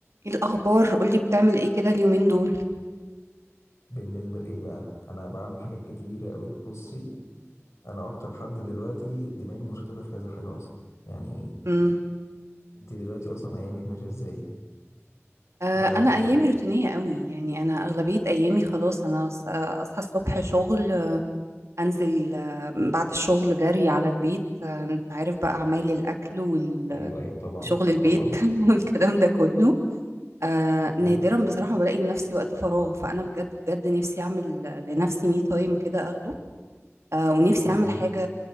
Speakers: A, on the right; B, on the left.
A: ايه الاخبار قولي بتعمل ايه كده اليومين دول
B: بالنسبة لإيه بقى أنا بعمل حاجات كتير أوي بصي أنا أكتر حد دلوقتي دماغي مشتتة في كذا حاجة أصلا يعني
A: امم
B: أنت دلوقتي أصلا أيامك ماشية إزاي
A: آه
B: بتضيعي وقتك
A: انا
B: في
A: ايامي
B: إيه
A: روتينيه قوي يعني انا اغلبيه ايامي خلاص انا أص- آه، اصحى الصبح شغل آه، انزل آه، بعد الشغل جري على البيت آه، انت عارف بقى اعمال الاكل وال-
B: ايوه ايوه طبعا
A: وشغل البيت
B: طبعا
A: <laughs> والكلام ده كله آه
B: حلو
A: نادرا بصراحه بلاقي لنفسي وقت فراغ فانا بجد بجد نفسي اعمل لنفسي مي تايم كده اخده آه ونفسي
B: حلو
A: اعمل
B: جدا
A: حاجه